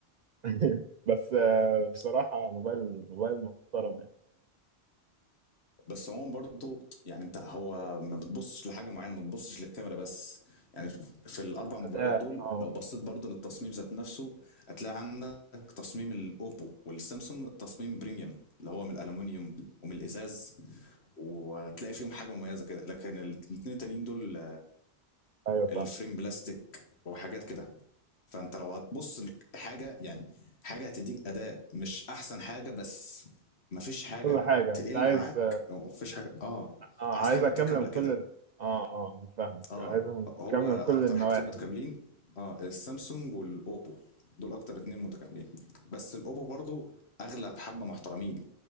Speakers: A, on the right; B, on the left.
A: <laughs> بس آه، بصراحة موبايل موبايل محترم يعني
B: بس هو برضه يعني انت هو ما بتبصش لحاجه معينه ما بتبصش للكاميرا بس يعني في الاربع موبايلات
A: أداء
B: دول
A: أه
B: لو بصيت برضه للتصميم ذات نفسه هتلاقي عندك تصميم الاوبو والسامسونج تصميم بريميوم اللي هو من الالومنيوم ومن الازاز وهتلاقي فيهم حاجه مميزه كده لكن الاثنين التانيين دول
A: أيوه فاهم
B: الفريم بلاستيك وحاجات كده فانت لو هتبص لحاجه يعني حاجه هتديك اداء مش احسن حاجه بس مفيش حاجه
A: كل حاجة
B: تقل
A: أنت عايز
B: معاك لو مفيش حاجه اه
A: اه
B: عايز
A: عايزة
B: حاجه متكامله
A: كاملة من كل
B: كده
A: ال... اه اه فاهمك
B: اه
A: عايزة من-
B: هو
A: كاملة
B: اكتر
A: من كل النواحي
B: حاجتين متكاملين اه السامسونج والاوبو دول اكتر اتنين متكاملين بس الاوبو برضو اغلى بحبه محترمين